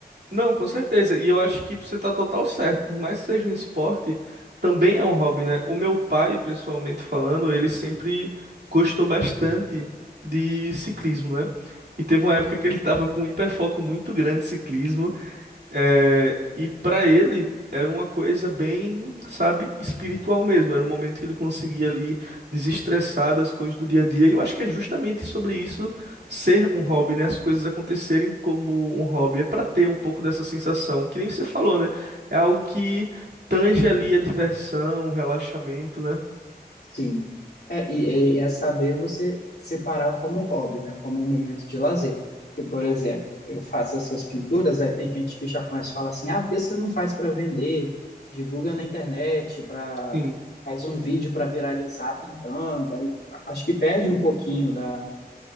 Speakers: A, on the right; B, on the left.
A: Não, com certeza. E eu acho que você tá total certo. Por mais que seja um esporte, também é um hobby, né? O meu pai, pessoalmente falando, ele sempre gostou bastante de ciclismo, né? E teve uma época que ele tava com um hiperfoco muito grande de ciclismo. É, e para ele era uma coisa bem, sabe, espiritual mesmo. Era um momento que ele conseguia ali desestressar das coisas do dia a dia. E eu acho que é justamente sobre isso ser um hobby, né? As coisas acontecerem como um hobby. É para ter um pouco dessa sensação, que nem você falou, né? É algo que tange ali a diversão, o relaxamento, né?
B: Sim. É, e, e é saber você separar como hobby, né? Como um momento de lazer. Porque, por exemplo, eu faço essas pinturas, aí tem gente que já começa a falar assim, ah, por que você não faz para vender? Divulga na internet, para
A: Sim,
B: faz um vídeo para viralizar pintando. Aí a- acho que perde um pouquinho da,